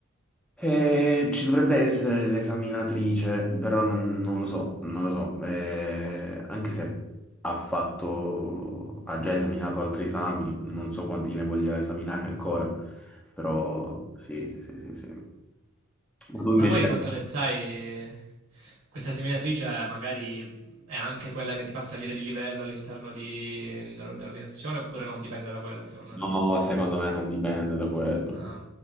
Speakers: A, in the centre; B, on the right (about 85°).
A: Eh, ci dovrebbe essere l'esaminatrice, però non, non lo so, non lo so, Eh, anche se ha fatto, ha già esaminato altri esami, non so quanti ne voglia esaminare ancora, però sì, sì, sì, sì. Ma tu invece,
B: Ma poi a quanto ne sai, questa seminatrice magari è anche quella che ti fa salire di livello all'interno di- dell'organizzazione oppure non dipende da quello secondo
A: no,
B: te?
A: secondo me non dipende da quello.
B: Ah,